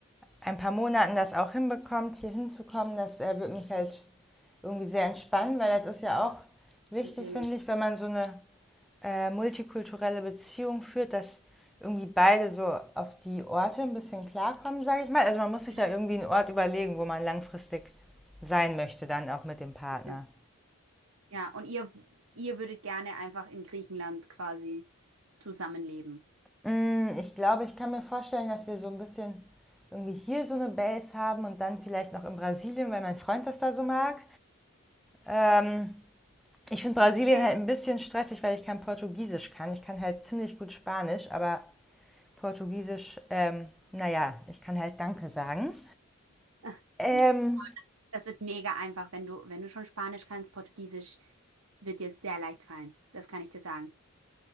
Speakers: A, in the centre; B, on the right.
A: ein paar Monaten das auch hinbekommt, hier hinzukommen, das äh, wird mich halt irgendwie sehr entspannen, weil das ist ja auch wichtig,
B: natürlich.
A: finde ich, wenn man so eine äh, multikulturelle Beziehung führt, dass irgendwie beide so auf die Orte ein bisschen klarkommen, sage ich mal. Also man muss sich
B: Ja,
A: ja irgendwie einen Ort überlegen, wo man langfristig sein möchte, dann auch mit dem Partner.
B: okay. Ja, und ihr, ihr würdet gerne einfach in Griechenland quasi zusammenleben.
A: Mm, Ich glaube, ich kann mir vorstellen, dass wir so ein bisschen irgendwie hier so eine Base haben und dann vielleicht noch in Brasilien, weil mein Freund das da so mag. Ähm, Ich finde Brasilien
B: Okay.
A: halt ein bisschen stressig, weil ich kein Portugiesisch kann. Ich kann halt ziemlich gut Spanisch, aber Portugiesisch, ähm, naja, ich kann halt Danke sagen.
B: <laughs>
A: Ähm,
B: Das wird mega einfach, wenn du, wenn du schon Spanisch kannst, Portugiesisch wird dir sehr leicht fallen. Das kann ich dir sagen.